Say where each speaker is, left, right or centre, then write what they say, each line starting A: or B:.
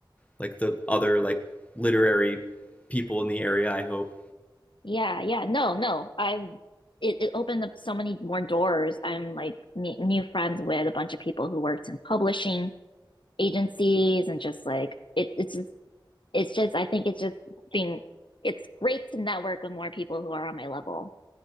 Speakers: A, on the left (about 15°); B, on the left (about 70°).
A: like the other like literary people in the area. I hope.
B: Yeah, yeah. No, no. I'm it, it opened up so many more doors. I'm like ne new friends with a bunch of people who worked in publishing agencies and just like it it's it's just I think it's just being it's great to network with more people who are on my level.